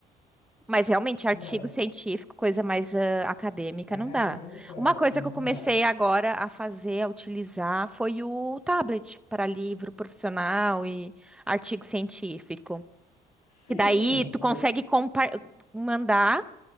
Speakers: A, in the centre; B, on the left.
A: Mas realmente, artigo
B: Na
A: científico, coisa mais ah, acadêmica,
B: acadêmica,
A: não dá. Uma
B: é,
A: coisa
B: não,
A: que eu comecei
B: não dá.
A: agora a fazer, a utilizar, foi o tablet para livro profissional e artigo científico.
B: Sim,
A: E daí tu consegue compa- mandar